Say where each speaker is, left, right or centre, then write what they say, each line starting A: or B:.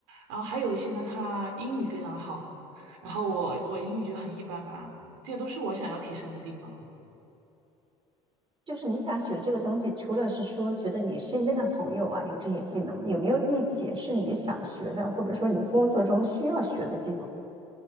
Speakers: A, on the right; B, on the right.
A: 然后还有一些呢，他英语非常好，然后我我英语就很一般般啊，这些都是我想要提升的地方。
B: 就是你想学这个东西，除了是说觉得你身边的朋友啊有这些技能，有没有一些是你想学的，或者说你工作中需要学的技能？